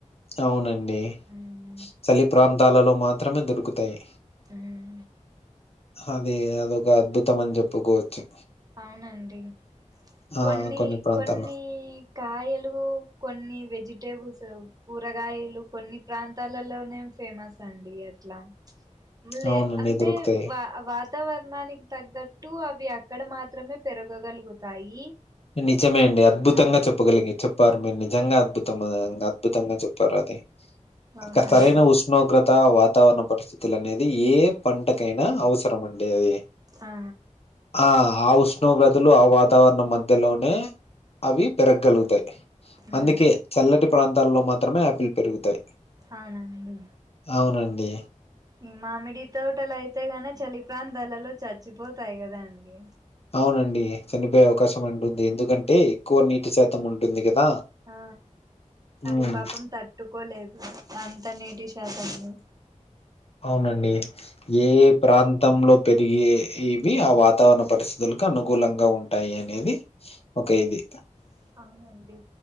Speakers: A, on the left (about 50°); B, on the right (about 30°).
A: అవునండి
B: ఉమ్
A: చలి ప్రాంతాలలో మాత్రమే దొరుకుతాయి
B: మ్
A: అది అదొక అద్భుతం అని చెప్పుకోవచ్చు
B: అవునండి
A: ఆ
B: కొన్ని
A: ప్రాంతాల్లో
B: కొన్ని కాయలు కొన్ని వెజిటేబుల్స్ కూరగాయలు కొన్ని ప్రాంతాలలోనే ఫేమస్ అండి అట్లా మ్లే
A: అవునండి
B: అంటే
A: దొరుకుతాయి
B: వా వాతావరణానికి తగ్గట్టు అవి ఆట్ క్కడ మాత్రమే పెరగగలుగుతాయి
A: నిజమే అండి అద్భుతంగా
B: ఆ
A: చెప్పగలిగే చెప్ ప్పారు మీరు నిజంగా అద్భుత అద్భుతంగా చెప్పారు అది
B: అవునండి
A: ఇంకా సరైన ఉష్ ష్ణోగ్రత వాతావరణ పరిస్థితులు అనేది ఏ పంటకైనా అవసరం అండి అది
B: ఆ
A: ఆ ఆ ఉష్ణోగ్రతలు ఆ వాతావరణం మధ్ ధ్యలోనే అవి పెరగగలుగుతాయి
B: ఉమ్
A: అందుకే చల్లటి ప్రాంతాల్లో మాత్రమే ఆపిల్ పెరుగుతాయి
B: అవునండి
A: అవునండి
B: ఈ మామిడి తోటలు అయితే గనే చలి ప్రాంతాలలో చచ్చిపోతాయి కదాండి
A: అవునండి చనిపోయే అవకాశం ఉంటుంది ఎందుకంటే ఎక్కువ నీటి శాతం ఉంటుంది కదా
B: ఆ అది
A: ఉమ్
B: పాపం తట్టుకోలేదు అంత నీటి శాతము
A: అవునండి ఏ ప్రాంతంలో పెరిగేవి ఆ వాతావరణ పరిస్థితులకి అనుకూలంగా టాయి అనేది ఒక ఇది
B: అండి